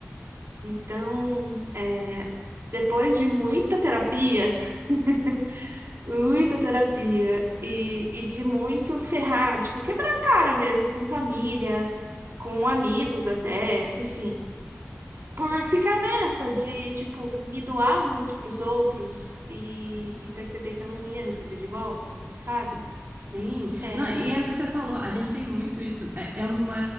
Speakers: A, on the right; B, on the right.
A: Então, é, depois de muita terapia, <laughs> Muita terapia e, e de muito ferrar, tipo, quebrar a cara mesmo com família, com amigos até, enfim. Por ficar nessa de, tipo, me doar muito pros outros e, e perceber que eu não ia receber de volta, sabe?
B: Sim.
A: É,
B: Não, e é o que você falou, a gente tem muito isso. É, é uma,